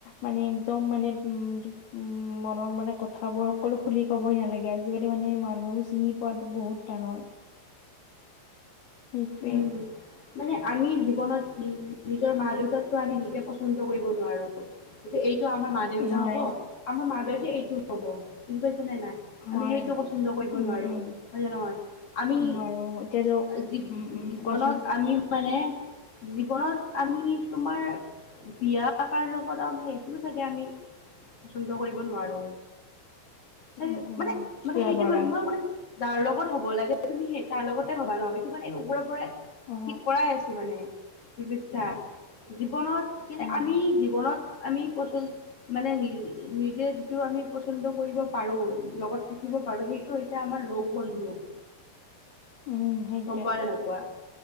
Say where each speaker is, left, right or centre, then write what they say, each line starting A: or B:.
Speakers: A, on the left (about 60°); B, on the left (about 35°).
A: মানে একদম মানে উম, উম, মনৰ মানে কথাবোৰ সকলো খুলি ক'বই নালাগে আজিকালি মানে মানুহো চিনি পোৱাতো বহুত টান হয়। সেইটোৱে।
B: উম, মানে আমি জীৱনত কি নিজৰ মা দেউতাকতো আমি নিজে পচন্দ কৰিব নোৱাৰোঁ। যে এইটো আমাৰ মা-দেউতা
A: হয়
B: হ'ব আমাৰ মা-দেউতাই এইটোও হ'ব, বুজি পাইছে নে নাই?
A: হয়
B: আমি সেইটো পচন্দ কৰিব
A: উম
B: নোৱাৰো
A: উম
B: হয় নে নহয়? আমি
A: নোৱাৰো এতিয়া ল
B: জী
A: উম উম
B: জীৱনত
A: কোৱাচোন
B: আমি মানে জীৱনত আমি তোমাৰ বিয়া কাৰ লগত আমি সেই টোও চাগে আমি পচন্দ কৰিব নোৱাৰোঁ। চাগে
A: উম উম
B: মানে মানে
A: কিয়
B: সেইটো
A: নোৱাৰা
B: কৰি মই মানে যাৰ লগত হ'ব লাগে তুমি সেই তাৰ লগতে হ'বা ন' এইটো মানে ওপৰৰ পৰাই
A: অ
B: ঠিক কৰাই আছে মানে বুজিছা জীৱনত কিন্তু
A: হয়
B: আমি
A: হয়
B: জীৱনত আমি পচন মানে নি নিজে যিটো আমি পচন্দ কৰিব পাৰোঁ লগত থাকিব পাৰোঁ সেইটো হৈছে চে আমাৰ লগ বন্ধু।
A: উম সেইটোৱে
B: গম পোৱা নে নোপোৱা?